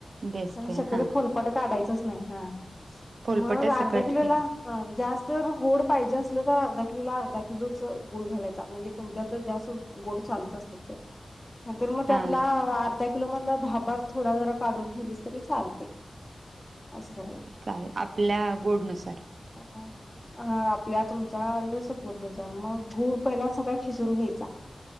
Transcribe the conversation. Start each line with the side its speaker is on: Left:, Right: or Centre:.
Right: दिसते
Left: आणि शक्यतो
Right: हा
Left: फुलपाट काढायच नाही हा..
Right: फोलपट्या
Left: मग
Right: सकट
Left: अर्धा किलो
Right: हे
Left: ला ह जास्त गोड पाहिजे असलं तर अर्धा किलोला अर्धा किलोच गुळ घालायचा म्हणजे तुमच्यात जर जास्त गोड चालत असल तर नाहीतर मग त्यातला
Right: हा
Left: अर्धा लो मधला धाबा थोडा जरा काढून ठेवलीस तरी चालते असं करायचं
Right: चालेल आपल्या गोडनुसार
Left: <unintelligible> हा आपल्या तुमच्या जस गोडनुसार गुड पहिला सगळ खिसडून घ्यायचा